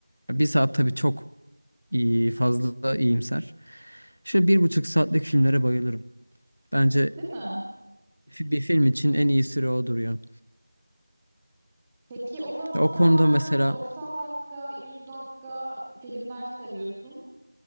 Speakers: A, on the left (about 65°); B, in the centre.
A: bir saat tabii çok iyi, fazla iyimser. Şöyle bir buçuk saatlik filmlere bayılırım. Bence
B: Değil mi?
A: fi- bir film için en iyi süre odur ya.
B: Peki o zaman
A: Ya O
B: sen
A: konuda
B: madem
A: mesela
B: 90 dakika, 100 dakika filmler seviyorsun,